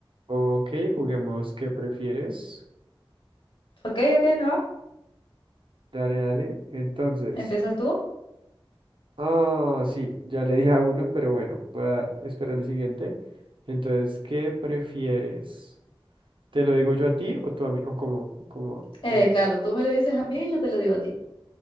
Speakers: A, on the right; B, on the left.
A: Ok, juguemos. ¿Qué prefieres?
B: Ok, ok, me va.
A: Dale, dale. Entonces.
B: Empiezas tú.
A: Ah, sí, ya le di a uno, pero bueno, voy a esperar el siguiente. Entonces, ¿qué prefieres? ¿Te lo digo yo a ti o tú a mí? ¿O cómo? ¿Cómo?
B: Eh,
A: ¿Cómo?
B: claro, tú me lo dices a mí y yo te lo digo a ti.